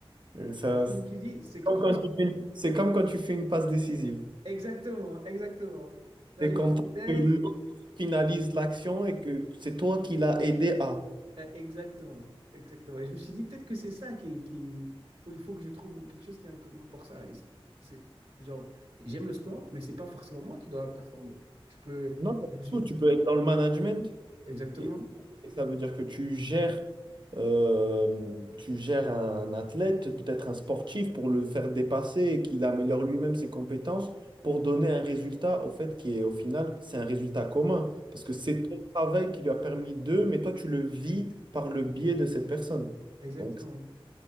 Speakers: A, on the right (about 55°); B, on the right (about 75°).
A: Et ça-
B: Et donc,
A: C'est
B: je me suis dit, c'est quelque
A: comme quand
B: chose.
A: tu fais une c'est comme quand tu fais une passe décisive.
B: Exactement, exactement. Genre,
A: T'es
B: une
A: content
B: parenthèse.
A: que l'autre finalise l'action et que c'est toi qui l'as aidé à.
B: Euh, Exactement, exactement. Et je me suis dit, peut-être que c'est ça qui, est- qui- il faut, il faut que je trouve quelque chose qui est pour ça. Et c'est, c'est- genre, j'aime le sport, mais c'est pas forcément moi qui dois performer. Je peux,
A: Non, pas du
B: je me suis-
A: tout. Tu peux être dans le management
B: exactement,
A: et, et ça veut dire que tu gères, euh, tu gères un athlète, peut-être un sportif, pour le faire dépasser et qu'il améliore lui-même ses compétences pour donner un résultat au fait qui est au final, c'est un résultat commun parce que c'est ton travail qui lui a permis d'eux, mais toi tu le vis par le biais de cette personne.
B: exactement.
A: Donc